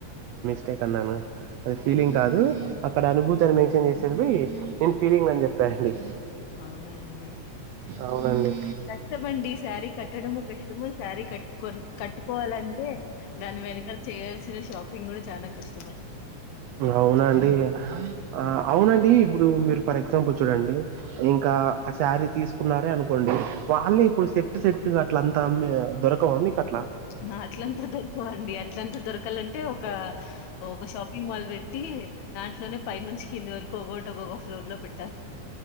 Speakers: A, on the right; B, on the left.
A: స్టేక్ అన్నాను అది ఫీలింగ్
B: అవును
A: కాదు అక్కడ అనుభూతిని మేము చేసేదివి నేను ఫీలింగ్ అని చెప్పా అండి
B: అవునా అండి
A: అవునండి
B: కష్టమండి శారీ కట్టడము కష్టము శారీ కట్టుక కట్టుకోవాలంటే దాని వెనకాల చేయాల్సిన షాపింగ్ కూడా చానా కష్టం అండి
A: అవునండి ఆ
B: ఉమ్
A: అవునండి ఇప్పుడు మీరు ఫర్ ఎగ్జాంపుల్ చూడండి ఇంకా ఆ శారీ తీసుకున్నారే అనుకోండి వాళ్ళే ఇప్పుడు సెట్ సెట్టు అట్లగా అంతా దొరకవా మీకు అట్లా
B: ఆహా అట్లంతా దొరకవండి అట్లంతా దొరకాలంటే ఒక ఒక ఒక షాపింగ్ మాల్ పెట్ ట్టి దాంట్లోనే పైన నుంచి కింది వరకు ఒక్కోటి ఒకోక ఫ్లోర్ లో పెట్టి